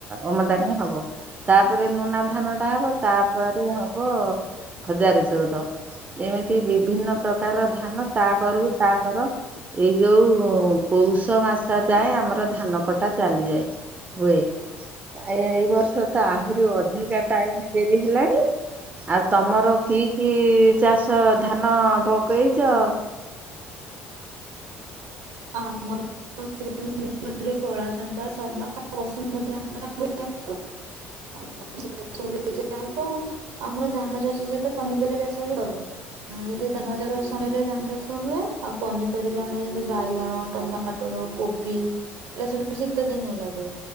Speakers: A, on the right; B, on the right.
A: ଆମଦାନୀ ହବ, ତାପରେ ନୁନା ଧାନ ଟା ହବ ତାପରେ ହବ ହଜାରେ ଚଉଦ। ଏମିତି ବିଭିନ୍ନ ପ୍ରକାରର ଧାନ ତା କରୁକୁ ତା କର ଏଇ ଯୋଉ ପୌଷ ମାସ ଯାଏ, ଆମର ଧାନ କଟା ଚାଲିଯାଏ। ହୁଏ ଏଇ ବର୍ଷ ତ ଆହୁରି ଅଧିକା ଟାଇ ହେଲାଣି ଆଉ ତମ ର କି କି ଚାଷ ଧାନ ପକେଇଚ?
B: ଆ ଆମର <unintelligible> <unintelligible> କଳା ଚମ୍ପା ସୁ ବସୁମତି। <inaudible> ବ <unintelligible> ହବ ଆମର ଧାନ ଚାଷ ସହିତ ପନିପରିବା ଚାଷ ବି କରୁ। ହଁ ଯଦି ଧାନ ଚାଷ ସମୟରେ ଧାନ ଚାଷ ହୁଏ ଆଉ ପନିପରିବା ଆମର ଯେମି ବାଇଗଣ ଟମାଟର କୋବି ଏଇଟା ସବୁ ଶୀତ ଦିନିଆ ଲାଗେ।